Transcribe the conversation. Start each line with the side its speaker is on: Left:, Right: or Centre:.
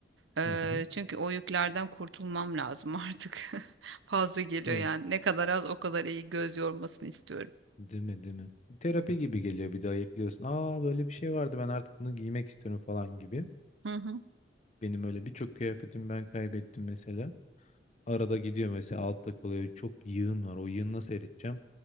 Right: Eee,
Left: hı. hı.
Right: çünkü o yüklerden kurtulmam lazım artık. <laughs> fazla geliyor
Left: Ne
Right: yani. Ne kadar az o kadar iyi göz yormasını istiyorum.
Left: değil mi değil mi? Terapi gibi geliyor bir daha ekliyorsun. Aa böyle bir şey vardı ben artık bunu giymek istiyorum falan gibi.
Right: Hı hı.
Left: Benim öyle birçok kıyafetimi ben kaybettim mesela. Arada gidiyor mesela altta kalıyor. Çok yığın var. O yığını nasıl eriteceğim?